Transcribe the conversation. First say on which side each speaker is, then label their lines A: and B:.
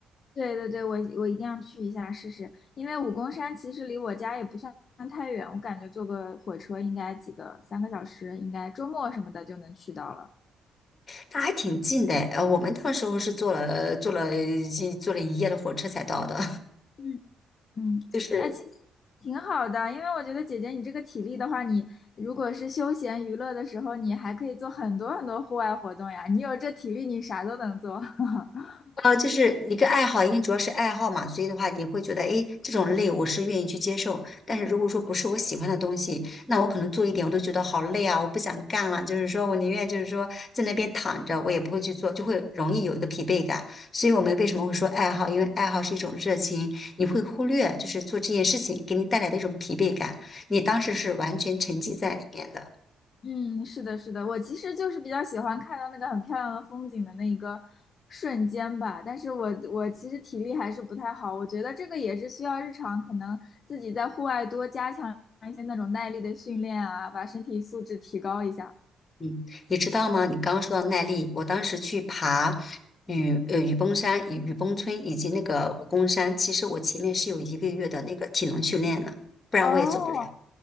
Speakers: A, on the left; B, on the left.
A: 对对对，我我一定要去一下试试，因为武功山其实离我家也不算太远，我感觉坐个火车应该几个，三个小时，应该周末什么的就能去到了。
B: 它还挺近的，呃，我们那时候是坐了坐了一坐了一夜的火车才到的，
A: 嗯。
B: <laughs>
A: 嗯，
B: 就是
A: 哎，其实挺好的，因为我觉得姐姐你这个体力的话，你如果是休闲娱乐的时候，你还可以做很多很多户外活动呀。你有这体力，你啥都能做。<laughs>
B: 呃，就是一个爱好，因为主要是爱好嘛，所以的话，你会觉得，哎，这种累我是愿意去接受。但是如果说不是我喜欢的东西，那我可能做一点我都觉得好累啊，我不想干了。就是说我宁愿就是说在那边躺着，我也不会去做，就会容易有一个疲惫感。所以我们为什么会说爱好？因为爱好是一种热情，你会忽略就是做这件事情给你带来的一种疲惫感，你当时是完全沉浸在里面的。
A: 嗯，是的，是的，我其实就是比较喜欢看到那个很漂亮的风景的那一个瞬间吧，但是我我其实体力还是不太好，我觉得这个也是需要日常可能自己在户外多加强一些那种耐力的训练啊，把身体素质提高一下。
B: 嗯，你知道吗？你刚刚说到耐力，我当时去爬雨呃雨崩山、雨雨崩村以及那个武功山，其实我前面是有一个月的那个体能训练的，不然我也走不了。
A: 哦，